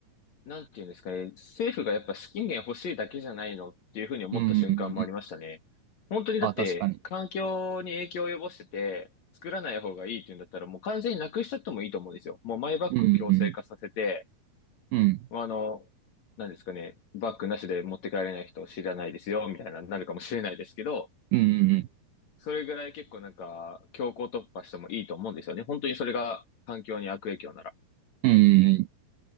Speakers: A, on the left; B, on the right.
A: なんていうんですかね、政府がやっぱ資金源欲しいだけじゃないのっていうふうに思った瞬間もありましたね。
B: うんうんうん。
A: 本当にだって、
B: あ、確かに。
A: 環境に影響を及ぼしてて、作らない方がいいっていうんだったら、もう完全になくしちゃってもいいと思うんですよ。もうマイバッグを強制化させて、
B: うんうんうん。
A: まあ、あの、何ですかね、バッグなしで持って帰れない人を知らないですよ、みたいな、なるかもしれないですけど、
B: うんうんうん。
A: それぐらい結構なんか、強行突破してもいいと思うんですよね。本当にそれが環境に悪影響なら。
B: うんうんうん。